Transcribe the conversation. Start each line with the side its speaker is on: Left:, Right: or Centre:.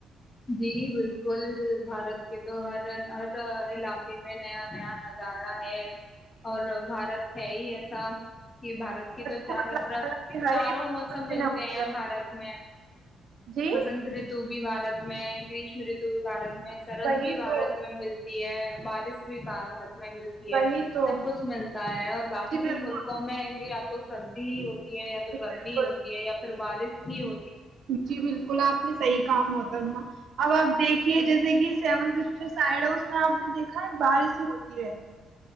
Left: جی بالکل بھارت کے تو ہر ہر علاقے میں نیا نیا نظارہ ہے اور بھارت ہے ہی ایسا کہ بھارت کی تو چاروں
Right: کو اللہ
Left: طرف
Right: تعالی کے ہر
Left: چاروں
Right: ایک نعمت
Left: موسم
Right: سے
Left: ملتے
Right: نوازا
Left: ہیں
Right: ہے۔
Left: بھارت میں
Right: جی
Left: بسنت رتو بارت میں گریش ملے تو بھی بارت سرد
Right: وہی
Left: بھی بارت
Right: تو
Left: میں ملتی ہے ب <unintelligible> ملتی
Right: وہی
Left: ہے
Right: تو
Left: سب کچھ ملتا ہے اور باقی
Right: جی
Left: کے
Right: بالکل
Left: ملکوں میں بی آپ تو سردی ہی ہوتی یا
Right: جی
Left: تو گرمی
Right: بالکل
Left: ہوتی ہے یا پھر بارش <unintelligible>
Right: جی بل کلا آپ میں صحی کام ہوتا اب آپ دیکھیے جیسے کہ سیون س جو سائڈ ہے اس میں آپ نے دیکھا نکھیں باہر سے ہوتی رہتی ہے